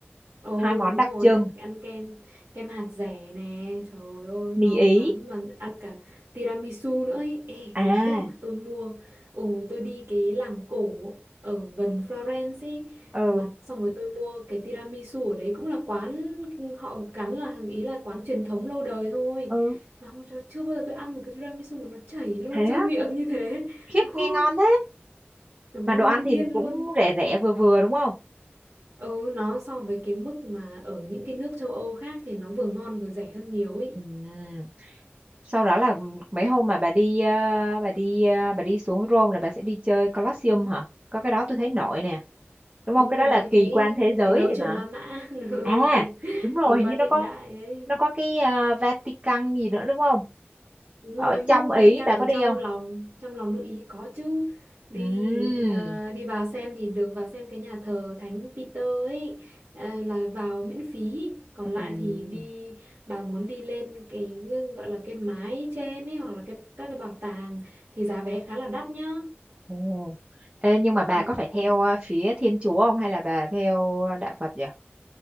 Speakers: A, on the right; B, on the right.
A: Ồ
B: hai món
A: đúng
B: đặc
A: rồi
B: trưng
A: ăn ăn kem kem hạt dẻ nè trời ơi ngon
B: mì Ý
A: lắm mà ăn cả tiramisu nữa ấy. Ê,
B: à
A: cái lúc mà tôi mua ừ tôi đi cái làng cổ ở gần Florence ấy
B: ừ
A: mà xong rồi tôi mua cái tiramisu ở đấy cũng là quán họ gắn là ý là quán truyền thống lâu đời thôi
B: ừ
A: mà không cho chưa bao giờ tôi ăn một cái tiramisu mà nó chảy luôn
B: thế
A: trong
B: á
A: miệng như thế
B: khiếp
A: ừ,
B: nghe ngon
A: đúng
B: mà đồ
A: ngon
B: ăn thì
A: điên
B: cũng
A: luôn
B: rẻ rẻ vừa vừa đúng không
A: Ừ, nó so với cái mức mà ở những cái nước châu Âu khác thì nó vừa ngon vừa rẻ hơn nhiều ấy.
B: Ừm. sau đó là mấy hôm mà bà đi ờ, bà đi ờ, bà đi xuống Rome là bà sẽ đi chơi Colosseum hả có cái đó tôi thấy nổi nè đúng
A: Đúng
B: không cái
A: rồi,
B: đó là kỳ
A: cái
B: quan thế giới
A: cái đấu
B: thì
A: trường
B: mà
A: La Mã, <laughs> đúng
B: à
A: không? kỳ
B: đúng rồi
A: kỳ
B: hình
A: quan
B: như nó
A: hiện
B: có
A: đại đấy.
B: nó có cái ờ, Vatican gì nữa đúng không
A: Đúng
B: ở
A: rồi, nước
B: trong Ý
A: Vatican
B: bà có
A: ở
B: đi
A: trong
B: không
A: lòng, trong lòng nước Ý có chứ. Đi
B: Ừm.
A: ờ, đi vào xem thì được vào xem cái nhà thờ Thánh Peter ấy ờ, là vào miễn phí. Còn lại
B: Ừm.
A: thì đi bà muốn đi lên cái gọi là cái mái trên ấy hoặc là cái các cái bảo tàng thì giá vé khá là đắt nhá.
B: Ồ. Ê, nhưng mà bà
A: Ồ.
B: có phải theo ờ, phía Thiên Chúa không hay là bà theo ờ, Đạo Phật vậy